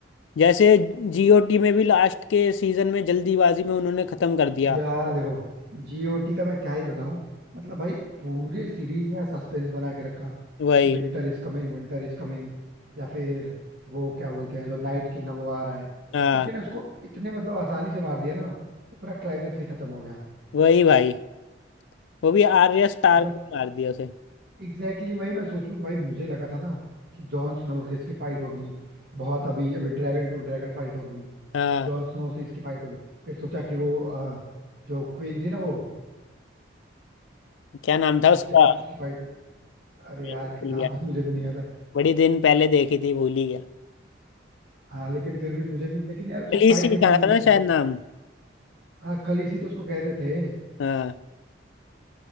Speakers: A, on the left; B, on the right.
A: जैसे जीओटी में भी लास्ट के सीजन में जल्दीबाजी में उन्होंने ख़त्म कर दिया
B: यार देखो जीओटी का मैं क्या ही बताऊं मतलब भाई पूरे सीरीज में सस्पेंस बना के रखा
A: वही
B: कि winter is coming winter is coming या फिर वो क्या बोलते हैं जो नाइट किंग है वो आ रहा है
A: हाँ
B: लेकिन उसको इतने मतलब आसानी से मार दिया ना कि पूरा क्लाइमेक्स ही खत्म हो गया
A: वही भाई वो भी आर्या स्टार्क
B: मतलब
A: ने मार दिया उसे
B: एग्जैक्टली exactly वही मैं सोचूं भाई मुझे लगा था ना कि जॉन स्नो से इसकी फाइट होगी बहुत अभी अभी ड्रैगन टू ड्रैगन फाइट होगी
A: हाँ
B: जॉन स्नो से इसकी फाइट होगी फिर सोचा कि वो अ, जो क्वीन थी ना वो
A: क्या नाम था उसका
B: उसके साथ उसकी फाइट होगी। अरे यार
A: भूल
B: नाम
A: गया
B: तो मुझे भी नहीं याद है
A: बड़ी दिन पहले देखी थी भूल ही गया
B: हाँ लेकिन फिर भी मुझे भी लेकिन यार उसकी
A: अलीसी
B: फाइट ही नहीं
A: था
B: हुई उससे
A: ना शायद नाम
B: हाँ खलीसी तो उसको कहते थे
A: हाँ